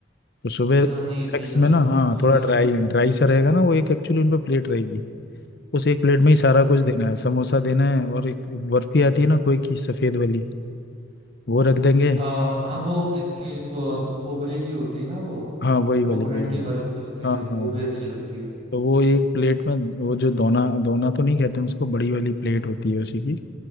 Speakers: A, on the left (about 55°); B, on the right (about 30°).
A: तो सुबह
B: अच्छा
A: स्नैक्स
B: नहीं ठीक है
A: में
B: तब
A: ना हाँ
B: सुबह
A: थोड़ा ड्राई
B: क्या
A: ड्राई सा रहेगा ना वो एक एक्चुअली उन पर प्लेट रहेगी उस एक प्लेट में ही सारा कुछ
B: हम्म
A: देना है समोसा देना है और एक बर्फी आती है ना कोई की सफेद वाली वो रख देंगे
B: आ, हाँ वो इसके को, खोबरे की होती है ना वो
A: हाँ वही
B: कोकोनट
A: वाली वही वाली
B: की बर्फी होती
A: हाँ
B: है
A: हाँ
B: वो
A: हाँ।
B: भी अच्छी लगती है
A: तो वो एक प्लेट में वो जो दोना दोना तो नहीं कहते हैं उसको बड़ी वाली प्लेट होती है उसी की